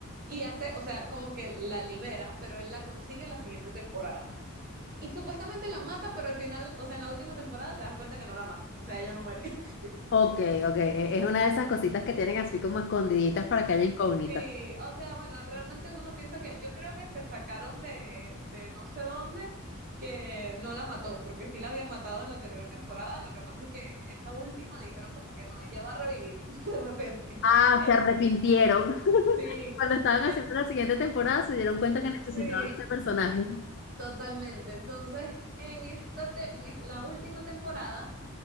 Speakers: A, on the right; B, on the left.
A: y hace, o sea, como que la libera, pero él la consigue en la siguiente temporada. Y supuestamente la mata, pero al final, o sea, en la última temporada te das cuenta que no la mata, o sea, ella no muere. <laughs>
B: Ok, ok. e- Es una de esas cositas que tienen así como escondiditas para que haya incógnita.
A: Sí, o sea, bueno, realmente uno piensa que yo creo que se sacaron de, de no sé dónde que no la mató, porque sí la había matado en la anterior temporada, lo que pasa es que en esta última dijeron como que no, ella va a revivir <laughs> de repente.
B: Ah,
A: Eh,
B: se arrepintieron. <laughs>
A: sí,
B: Cuando estaban
A: eh,
B: haciendo la siguiente temporada se dieron cuenta que
A: sí,
B: necesitaban ese personaje.
A: totalmente. Entonces, en esta te- en es- la última temporada